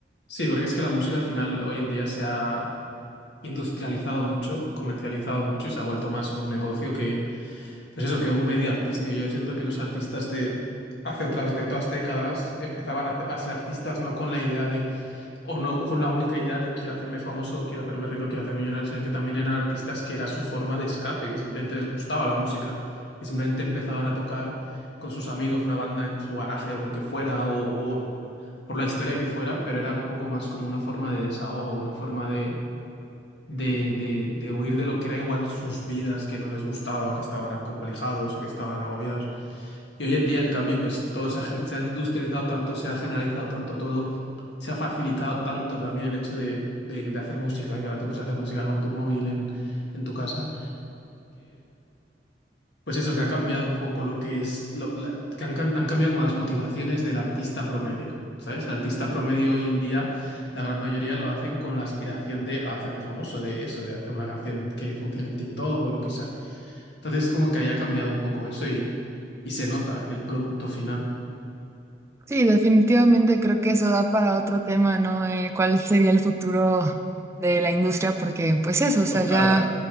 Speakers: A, on the left (about 75°); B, on the right (about 15°).
A: Sí, porque es que la música al final hoy en día se ha industrializado mucho, comercializado mucho y se ha vuelto más un negocio que, Pues eso, que un medio artístico. Yo siento que los artistas de hace otras, de otras décadas empezaban a, a ser artistas no con la idea de, o no con la única idea de quiero hacerme famoso, quiero hacerme rico, quiero hacerme millonario, sino que también eran artistas que era su forma de escape, que simplemente les gustaba la música, que simplemente empezaban a tocar con sus amigos una banda en su garaje o lo que fuera, o, o por la historia que fuera, pero era un poco más como una forma de desahogo, una forma de de, de, de huir de lo que era igual sus vidas que no les gustaba o que estaban acomplejados o que estaban agobiados. Y hoy en día, en cambio, pues todo se ha, gen- se ha industrializado tanto, se ha generalizado tanto todo, se ha facilitado tanto también el hecho de, de, de hacer música, que ahora tú puedes hacer música con tu móvil en, en tu casa, pues eso, que ha cambiado un poco lo que es, lo- la- que han, cam- han cambiado como las motivaciones del artista promedio, ¿sabes? El artista promedio hoy en día, la gran mayoría lo hacen con la aspiración de hacerme famoso, de eso, de hacer una canción que funcione en TikTok o lo que sea. Entonces es como que haya cambiado un poco eso y, y se nota en el producto final.
B: Sí, definitivamente creo que eso da para otro tema, ¿no? Eh, ¿cuál sería el futuro de la industria? Porque, pues eso,
A: Total.
B: o sea, ya